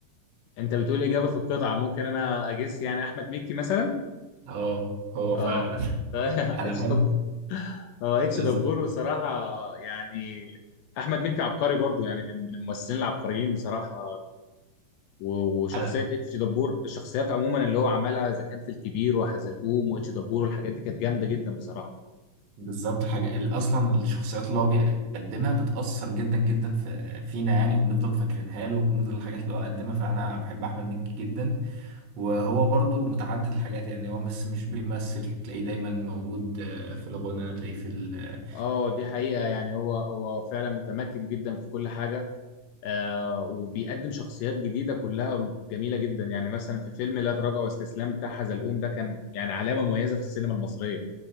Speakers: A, on the left; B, on the right.
A: انت بتقول اجابه في القطعه ممكن انا اجس يعني احمد مكي مثلا
B: اه هو
A: اه
B: فعلا <laughs>
A: <laughs>
B: أنا
A: اتش
B: بحب
A: دبور اه اتش
B: بالظبط
A: دبور بصراحه يعني احمد مكي عبقري برضو يعني من من الممثلين العبقريين بصراحه و- وشخصيه
B: أنا
A: اتش دبور الشخصيات عموما اللي هو عملها اذا كان في الكبير وحزلقوم واتش دبور والحاجات دي كانت جامده جدا بصراحه
B: بالظبط حاجة ال- أصلا الشخصيات اللي هو بيقدمها بتأثر جدا جدا في فينا يعني وبنفضل فاكرينها له وبنفضل الحاجات اللي هو قدمها فأنا بحب أحمد مكي جدا وهو برضو متعدد الحاجات يعني هو بس مش بيمثل تلاقيه دايما موجود آه، في الغنى تلاقيه في ال اه
A: اه دي حقيقه يعني هو هو فعلا متمكن جدا في كل حاجه آه وبيقدم شخصيات جديدة كلها جميلة جدا يعني مثلا في فيلم لا تراجع واستسلام بتاع حزلقوم ده كان يعني علامة مميزة في السينما المصرية